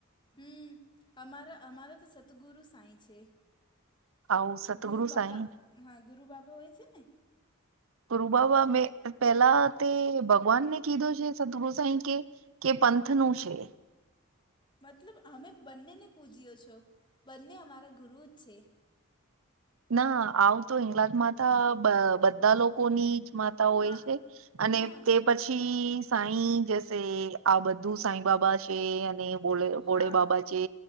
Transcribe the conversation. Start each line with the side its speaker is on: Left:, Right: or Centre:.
Left: હમ, હમારા અમારા તો સતગુરુ સાંઈ છે.
Right: આવું સતગુરુ
Left: ગુરુ બાબા,
Right: સાઈ
Left: હન, ગુરુ બાબા હોય છેને.
Right: ગુરુબાબા મે પેલા તે ભગવાનને કીધો છે સતગુરુ સાઈ કે કે પંથનું છે.
Left: મતલબ અમે બંનેને પૂજ્યો છો, બંને અમારા ગુરુ જ છે.
Right: ના, આવુ તો હિંગલાજમાતા બ-બધા લોકોની માતા
Left: હા
Right: હોય છે,
Left: ના
Right: અને તે
Left: હમ
Right: પછી ઈ સાઈ જશે, આ બધુ સાઈ બાબા છે, અને બોલે
Left: હા
Right: ભોળે બાબા છે